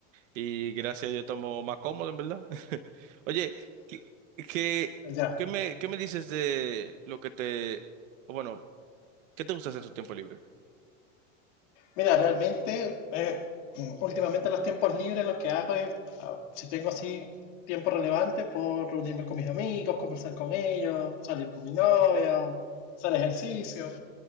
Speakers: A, on the right (about 85°); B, on the left (about 70°).
A: y gracias a Dios estamos más cómodo, en verdad. <laughs> Oye, ¿qué, qué,
B: allá.
A: qué me, qué me dices de lo que te, o bueno, qué te gusta hacer en tu tiempo libre?
B: Mira, realmente, eh, últimamente los tiempos libres lo que hago es, ah, si tengo así tiempo relevante, puedo reunirme con mis amigos, conversar con ellos, salir con mi novia, o hacer ejercicio.